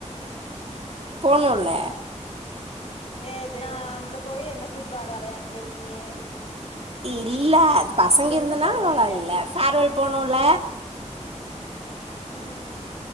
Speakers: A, on the right; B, on the left.
A: போனோல
B: ஏது நான் அங்க போய் என்ன ஃபுட்பால் விளையாண்டிய நீயி
A: இல்ல பசங்க
B: நீ
A: இருந்தது
B: என்ன
A: நால
B: சொல்லிட்டு
A: <unintelligible> போணுல
B: ம்ம்